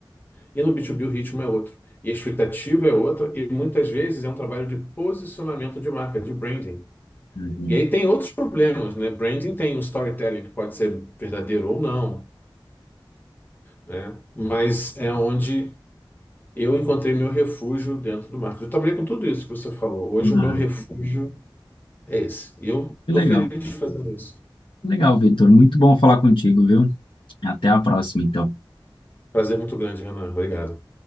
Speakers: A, on the left (about 20°); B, on the left (about 70°).
A: E no B2B o ritmo é outro. E a expectativa é outra. E muitas vezes é um trabalho de posicionamento de marca, de branding.
B: Uhum.
A: E aí tem outros problemas, né? Branding tem um storytelling, que pode ser verdadeiro ou não, né? Mas é onde eu encontrei meu refúgio dentro do marketing. Eu trabalhei com tudo isso que você falou. Hoje
B: Ah,
A: o meu refúgio é esse. E eu
B: que
A: estou
B: legal.
A: feliz fazendo isso.
B: Legal, Vitor. Muito bom falar contigo, viu? Até a próxima, então.
A: Prazer muito grande, Renan. Obrigado.